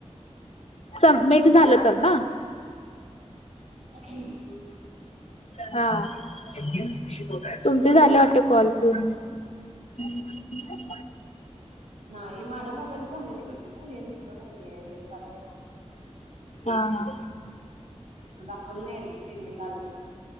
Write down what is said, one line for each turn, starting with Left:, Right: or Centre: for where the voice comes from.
Left: सबमिट झालं तर ना
Right: हम्!
Left: हा, तुमच झालं वाटत कॉल पूर्ण हम् ह्?
Right: नाही. माझ्या मोबाईलच झालाय तिकडच हे दुसरं नाहीये हे चालंय.
Left: हा हा!
Right: तु दाखवल नाही पेमेंट आलं.